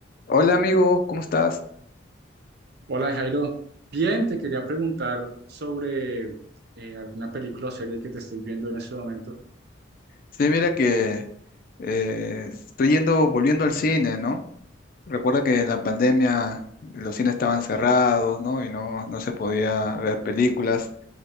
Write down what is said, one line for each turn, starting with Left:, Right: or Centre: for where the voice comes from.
Left: Hola amigo, ¿cómo estás?
Right: Hola Jairo, bien, te quería preguntar sobre eh, alguna película o serie que te estés viendo en este momento.
Left: Sí, mira que eh, estoy yendo, volviendo al cine, ¿no? Recuerda que en la pandemia los cines estaban cerrados, ¿no? Y no, no se podía ver películas.